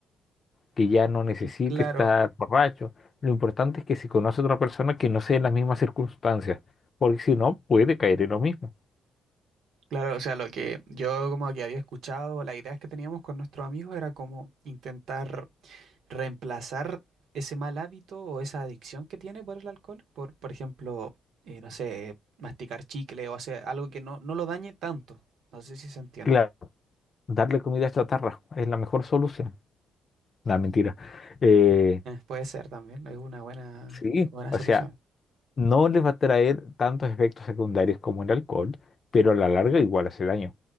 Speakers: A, on the left; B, on the right.
A: que ya no necesite
B: Y claro,
A: estar borracho. Lo importante es que si conoce a otra persona que no sea en las mismas circunstancias, porque si no, puede caer en lo mismo.
B: claro, o sea, lo que yo como que había escuchado, las ideas que teníamos con nuestros amigos era como intentar reemplazar ese mal hábito o esa adicción que tiene por el alcohol, por, por ejemplo, eh, no sé, masticar chicle o hacer algo que no, no lo dañe tanto. No sé si se entiende.
A: Claro, darle comida a chatarra es la mejor solución. La mentira. Eh,
B: Puede ser también, es una buena,
A: sí,
B: buena
A: o
B: solución.
A: sea, No les va a traer tantos efectos secundarios como el alcohol, pero a la larga igual hace daño.